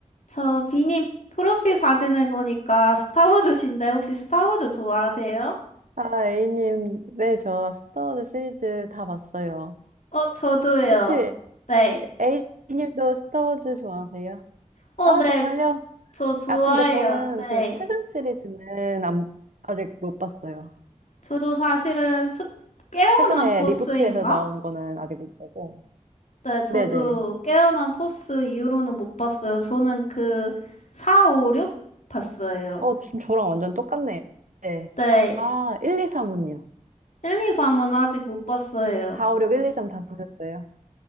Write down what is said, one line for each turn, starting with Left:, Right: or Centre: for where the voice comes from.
Left: 저 비님 프로필 사진을 보니까 스타워즈신데 혹시 스타워즈 좋아하세요?
Right: 아, A님, 네, 저 스타워즈 시리즈 다 봤어요.
Left: 어, 저도요.
Right: 혹시
Left: 네.
Right: A님도 스타워즈 좋아하세요?
Left: 어,
Right: 아,
Left: 네.
Right: 정말요?
Left: 저 좋아해요.
Right: 아, 근데 저는 그
Left: 네.
Right: 최근 시리즈는 안- 아직 못 봤어요.
Left: 저도 사실은 습, 깨어난
Right: 최근에
Left: 포스인가?
Right: 리부트에서 나온 거는 아직 못 보고.
Left: 네, 저도
Right: 네네.
Left: 깨어난 포스 이후로는 못 봤어요. 저는 그 4, 5, 6 봤어요.
Right: 어, 좀 저랑 완전 똑같네. 네.
Left: 네.
Right: 아, 아, 1, 2, 3은요?
Left: 1, 2, 3은 아직 못 봤어요.
Right: 4, 5, 6, 1, 2, 3 다 보셨어요?